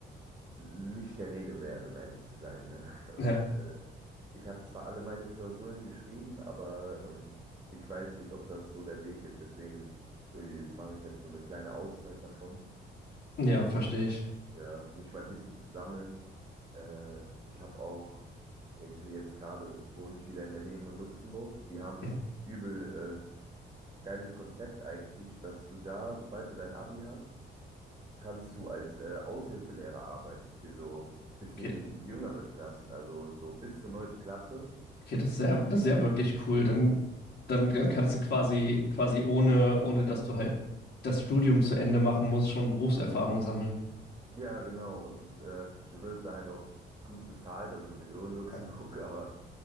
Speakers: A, on the right; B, on the left.
A: nicht der Rede wert, um ehrlich zu sein. Ne? <laughs> Und
B: Ja,
A: äh, ich habe zwar alle meine Klausuren geschrieben, aber ähm, ich weiß nicht, ob das so der Weg ist. Deswegen würde- mache ich jetzt so eine kleine Auszeit davon
B: ja,
A: um
B: verstehe
A: mich,
B: ich.
A: ja, mich mal ein bisschen zu sammeln. Äh, ich habe auch, ja, ich, jetzt gerade wohne ich wieder in der Nähe von Luxemburg. Die haben
B: Mhm.
A: übel äh, geiles Konzept eigentlich, dass du da, sobald du dein Abi hast, kannst du als äh, Aushilfelehrer arbeiten für so bisschen
B: Okay,
A: jüngere Klassen, also so bis zur neunten Klasse.
B: okay, das ist ja, das ist ja wirklich cool. Dann, dann, dann kannst du quasi, quasi ohne, ohne dass du halt das Studium zu Ende machen musst, schon Berufserfahrung sammeln.
A: Ja, genau. Und äh, du wirst da halt auch gut bezahlt, also sowieso in Luxemburg,
B: Ja.
A: <laughs> aber